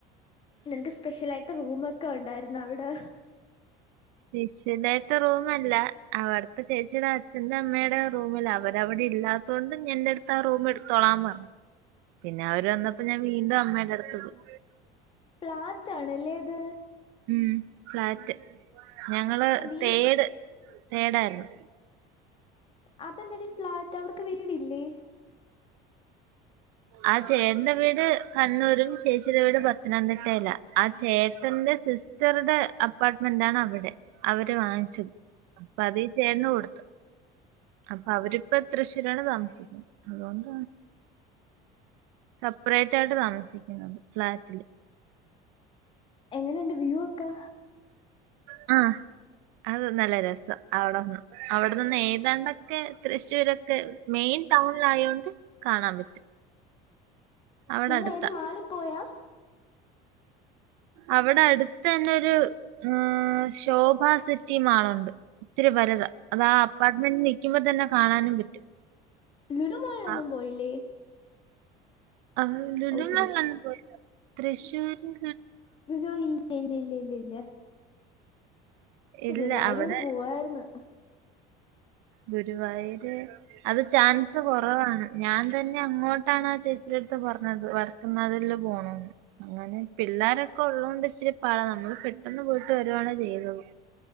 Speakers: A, on the left; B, on the right.
A: നിനക്ക് സ്പെഷ്യൽ ആയിട്ട് റൂം ഒക്കെ ഒണ്ടായിരുന്നോ അവിടെ?
B: <unintelligible> <unintelligible> റൂമല്ല അവട് ഇപ്പൊ ചേച്ചിടെ അച്ഛന്റെ അമ്മേടെ റൂമിലാ അവര് അവിടെ ഇല്ലാത്തോണ്ട് എന്റെ അടുത്ത് ആ റൂം എടുത്തോളാൻ പറഞ്ഞു പിന്നെ അവര് വന്നപ്പോ ഞാൻ വീണ്ടും അമ്മേടെ അടുത്ത് പോയി.
A: ഫ്ളാറ്റ് ആണല്ലേ അത്?
B: ഉം ഫ്ലാറ്റ്. ഞങ്ങള്
A: വീ
B: തേട് തേടാരുന്നു.
A: അതെന്താടി ഫ്ലാറ്റ് അവർക്ക് വീടില്ലേ?
B: ആ ചേട്ടന്റെ വീട് കണ്ണൂരും ചേച്ചിയുടെ വീട് പത്തനംതിട്ടെലാ ആ ചേട്ടന്റെ സിസ്റ്ററുടെ അപ്പാർട്ട്മെന്റ് ആണ് അവിടെ അവര് വാങ്ങിച്ചു അപ്പ അത് ഈ ചേട്ടന് കൊടുത്തു അപ്പൊ അവരിപ്പ തൃശ്ശൂരാണ് താമസിക്കുന്നത് അതുകൊണ്ട് സപ്പറേറ്റ് ആയിട്ട് താമസിക്കുന്നത് ഫ്ളാറ്റില്
A: എങ്ങനെയുണ്ട് വ്യൂ ഒക്കെ
B: ആ അത് നല്ല രസം അവിടെന്ന് അവിടെ നിന്ന് ഏതാണ്ടൊക്കെ തൃശ്ശൂരൊക്കെ മെയിൻ ടൗണിലായൊണ്ട് കാണാൻ പറ്റും അവിടെ
A: നിങ്ങള്‍
B: അടുത്ത
A: ഏതു മാളി പോയാ
B: അവിടെ അടു- തന്നൊരു <unintelligible> ശോഭ സിറ്റി മാളുണ്ട് ഇത്തിരി വലുത അതാ അപ്പാർട്ട് മെന്റി നിൽക്കുമ്പോ തന്നെ കാണാനും പറ്റും
A: ലുലുമാളിലൊന്നും
B: ആ-
A: പോയില്ലേ
B: ആ ലുലു
A: ഓ തൃശ്
B: മാളിലൊന്നും പോയില്ല തൃശ്ശൂരില്‍
A: ലുലു ഇല്ല ഇല്ല ഇല്ല ഇല്ല ഇല്ല പക്ഷെ
B: ഇല്ല
A: ഗുരുവായൂരൂടെ
B: അവിടെ
A: പോവാരുന്നു
B: ഗുരുവായൂര് അത് ചാൻസ് കുറവാണ് ഞാൻ തന്നെ അങ്ങോട്ടാണ് ആ ചേച്ചിടെ ടുത്ത് പറഞ്ഞത് വടക്കുംനാഥനില് പോണംന്ന് അങ്ങനെ പിള്ളോരൊക്കെ ഉള്ളതോണ്ട് ഇച്ചിരി പാടാ നമ്മള് പെട്ടെന്ന് പോയിട്ട് വരു ആണെ ചെയുന്നത്